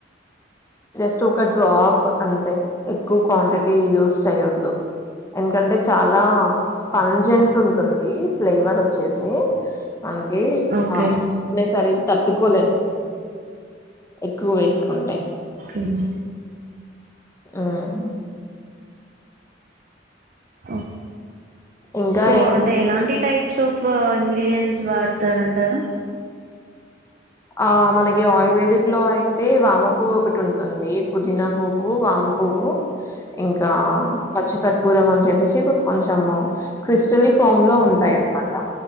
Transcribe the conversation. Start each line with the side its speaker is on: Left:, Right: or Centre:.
Left: జస్ట్ ఒక డ్రాప్ అంతే ఎక్కువ క్వాంటిటీ యూస్ చేయొద్దు ఎందుకంటే చాలా పంజెంట్ ఉంటుంది ఫ్లేవర్ వచ్చేసి మనకి
Right: ఓకే
Left: ఆ అయి సరి తట్టుకోలేం ఎక్కువ వేసుకుంటే
Right: ఉమ్
Left: ఉమ్
Right: అబ్బ
Left: ఇంకా
Right: సో
Left: ఏం
Right: అంటే ఎలాంటి టైప్ స్ ఆఫ్ ఇంగ్రీడియంట్స్ వాడతారంటారు
Left: ఆ మనకి ఆయుర్వేదిక్ లో అయితే వామ పువ్వు ఒకటి ఉంటుంది పుదీ పువ్వు వామ పువ్వు ఇంకా పచ్చి కర్పూరం అని చెప్పేసి కొంచెము క్రిస్టల్ ఫామ్ లో ఉంటాయి ఉంటాయి అన్నమాట